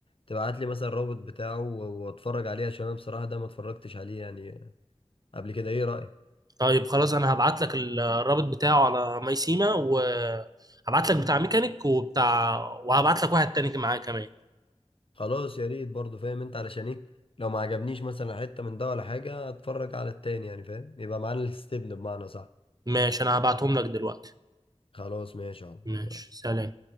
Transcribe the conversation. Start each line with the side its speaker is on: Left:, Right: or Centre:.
Left: تبعت لي مثلا الرابط بتاعه واتفرج عليه عشان انا بصراحه ده ما اتفرجتش عليه يعني قبل كده ايه رايك
Right: طيب خلاص انا هبعت لك ال- الرابط بتاعه على ميسيما وهبعت لك بتاع ميكانيك وبتاع وهبعت لك واحد تاني معاه كمان
Left: خلاص يا ريت برضه فاهم انت علشان ايه لو ما عجبنيش مثلا حته من ده ولا حاجه اتفرج على التاني يعني فاهم يبقى معانا الاستبن <laughs> بمعنى صح
Right: ماشي انا هبعتهم لك دلوقتي
Left: خلاص ماشي اهو
Right: ماشي
Left: يلا
Right: سلام